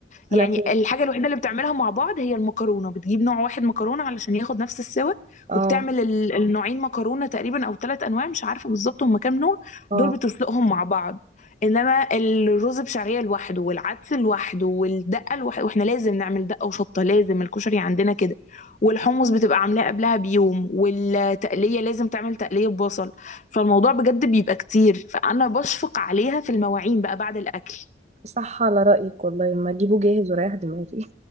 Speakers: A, on the right; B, on the left.
A: <laughs>
B: يعني
A: انا كنت
B: الحاجة الوحيدة اللي بتعملها مع بعض هي المكرونة بتجيب نوع واحد مكرونة علشان ياخد نفس السوا
A: اه
B: وبتعمل ال- النوعين مكرونة تقريبا أو ثلاث أنواع مش عارفة بالظبط هما كام نوع
A: اه
B: دول بتسلقهم مع بعض انما الرز بشعريه لوحده والعدس لوحده والدقه لوحده واحنا لازم نعمل دقه وشطه لازم الكشري عندنا كده والحمص بتبقى عاملاه قبلها بيوم والتقليه لازم تعمل تقليه ببصل فالموضوع بجد بيبقى كتير فانا بشفق عليها في المواعين بقى بعد الاكل
A: صح على رأيك والله ما اجيبه جاهز ورايح دماغي